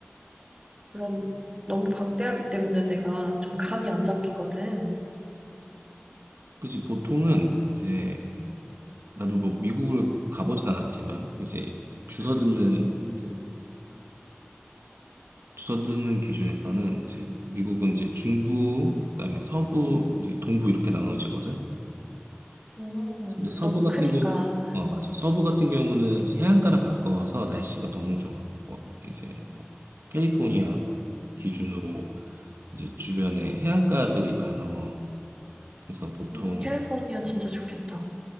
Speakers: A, on the right; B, on the right.
A: 그럼 너무 방대하기 때문에 내가 좀 감이 안 잡히거든.
B: 그치. 보통은 이제, 나도 뭐 미국을 가보진 않았지만, 이제 주서 듣는, 이제 주서 듣는 기준에서는 이제 미국은 이제 중부, 그다음에 서부, 이제 동부 이렇게 나눠지거든.
A: 음,
B: 근데 서부
A: 너무
B: 같은
A: 크니까.
B: 경우, 어, 맞아. 서부 같은 경우는 이제 해안가랑 가까워서 날씨가 너무 좋아. 뭐, 이제 뭐, 캘리포니아 기준으로 이제 주변에 해안가들이 많아. 그래서 보통
A: 음, 캘리포니아 진짜 좋겠다.